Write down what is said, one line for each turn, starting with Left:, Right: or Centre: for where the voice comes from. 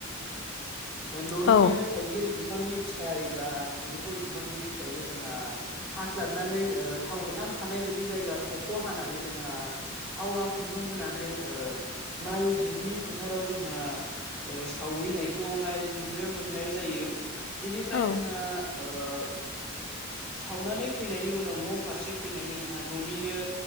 Left: <inaudible>
Centre: न'निनो
Left: औ
Centre: थाइगिर बिफांनि फिथाइ बा मुदुफुल बिफांनि फिथाइखौ जोंहा हाख्लाबनानै थाव गोथां थानाय बायदि जायगा थख' ख हानानै जोंहा आवा खुन्दुं होनानै माइ दुब्लि फोथाराव जोंहा ओ सावहैनायखौहाय नुनो मोननाय जायो बेनिफ्राय
Left: औ
Centre: जोंहा ओ सावनानै फैनायनि उनाव न' फारसे फैनानै जोंहा न'निनो